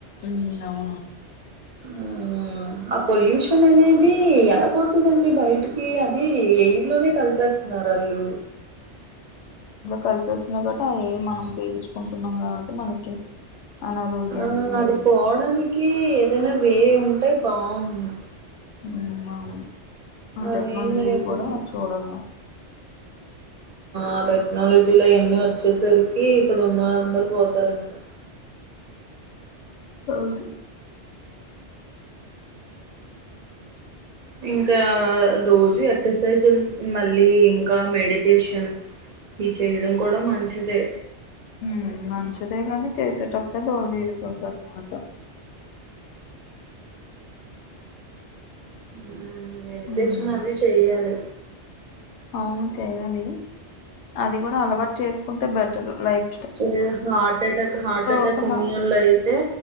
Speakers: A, on the left (about 80°); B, on the right (about 45°).
A: ఉ ఔ
B: ఆ ఆ పొల్యూషన్ అనేది ఎలా పోతదండి బయటికి అది ఎయిర్లోనే కలిపేస్తున్న రలు
A: కల్పేస్తున్నారు కాబట్టి ఆ ఎయిర్ మనం పీల్చుకుంటున్నాం కాబట్టి మనకి అనారోగ్యానికి
B: ఆ
A: మ్మ్
B: అది పోవడానికి ఏదైనా వే ఉంటే బాగుంన్ను
A: ఉ ఔను ఆ
B: అదేం
A: టెక్నాలజీ
B: లేకుండా
A: కూడా చూడలి మరి
B: ఆ టెక్నాలజీలో అవన్నీ వచ్చేసరికి ఇక్కడ ఉన్నలందర్ పోతారింకా
A: అవును
B: ఇం ఇంకా రోజు ఎక్సర్సైజ్ మళ్ళీ ఇంకా మెడిటేషన్ ఈ చెయడం కూడా మంచిదే
A: ఉ మంచిదే కానీ చేస్ స్తే దోల తిరిపొద్దన్నమాట
B: ఉ మెడిటేషన్
A: మ్మ్
B: అవి చెయ్యాలి
A: అవును చేయాలి అది కూడా అలవాటు చేసుకుంటే బెటర్ లైక్
B: చె హార్ట్ అటాక్ హార్ట్ అటాక్
A: ఒక
B: ఉన్నోళ్ళైతే
A: హా